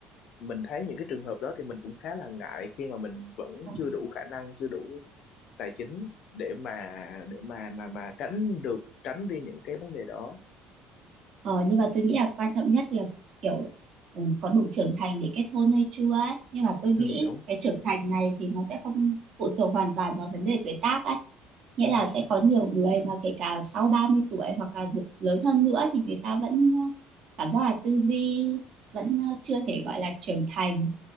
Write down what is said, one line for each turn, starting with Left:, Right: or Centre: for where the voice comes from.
Left: mình thấy những cái trường hợp đó thì mình cũng khá là ngại khi mà mình vẫn
Right: Ừ.
Left: chưa đủ khả năng chưa đủ tài chính để mà để mà mà mà tránh được tránh đi những cái vấn đề đó
Right: Ờ, nhưng mà tôi nghĩ là quan trọng nhất là kiểu ừ, có đủ trưởng thành để kết hôn hay chưa ấy. Nhưng mà tôi nghĩ
Left: ừ đúng
Right: cái trưởng thành này thì nó sẽ không phụ thuộc hoàn toàn vào vấn đề tuổi tác ấy. Nghĩa
Left: ừ
Right: là sẽ có nhiều người mà kể cả sau 30 tuổi hoặc là dự- lớn hơn nữa thì người ta vẫn ờ, cảm giác là tư duy vẫn ờ, chưa thể gọi là trưởng thành